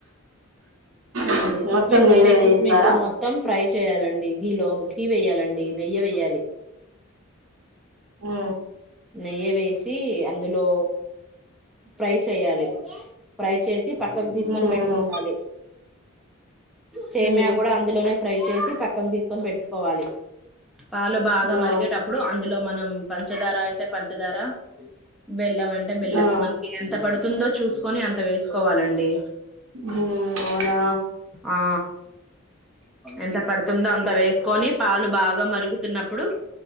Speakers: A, on the right; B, in the centre.
A: మ్మ్
B: ఉహు కిస్మిస్
A: మొత్తం నెయ్యిలో
B: ఉంటాయి
A: వేయిస్తారా
B: కిస్మిసు మొత్తం ఫ్రై చేయాలండి గీలో గీ వేయాలండి నెయ్యి వేయాలి
A: ఆ
B: నెయ్యి వేసి అందులో ఫ్రై చేయాలి ఫ్రై చే పక్కకు తీసుకొని
A: మ్మ్
B: పెట్టుకోవాలి
A: అవును
B: సేమీయా
A: మ్మ్
B: కూడా అందులోనే ఫ్రై చేసి పక్కకి తీసుకొని పెట్టుకోవాలి పాలు బాగా
A: ఆ
B: మరిగేటప్పుడు అందులో మనం పంచదార అంటే పంచదార బెల్లం అంటే బెల్లం
A: ఆ
B: మనకి ఎంత పడు తుందో చూసుకొని అంత వేసుకోవాలండి
A: మ్మ్ అవునా
B: ఆ ఎంత పడుతుందో అంత వేసుకొని పాలు బాగా మరుగుతున్నప్పుడు